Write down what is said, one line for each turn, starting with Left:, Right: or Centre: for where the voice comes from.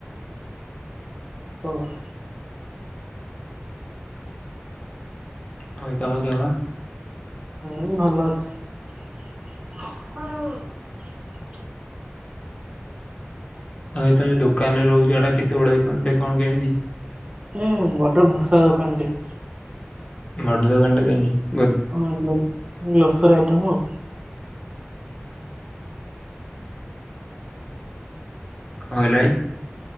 Right: ଓହଃ।
Left: ଆଉ ଭାଇ ତମ ଦେହ ପା?
Right: ହୁଁ ଭଲ ଅଛି। <unintelligible>
Left: ଆଉ ଭାଇ ତମେ ଦୋକାନ ରେ ରହୁଚ ସେଇଟା କେତେ ବଡ ଦୋକାନ ଟେ କଣ କେମିତି?
Right: <inaudible> ଭଷା ଦୋକାନ ଟେ।
Left: ବଡ ଦୋକାନ ଟେ <unintelligible>
Right: ହଁ ଯୋଉ ଗ୍ଲୋସାରୀ ଆଇଟମ୍ ଆଉ।
Left: କଣ କହିଲ ଭାଇ?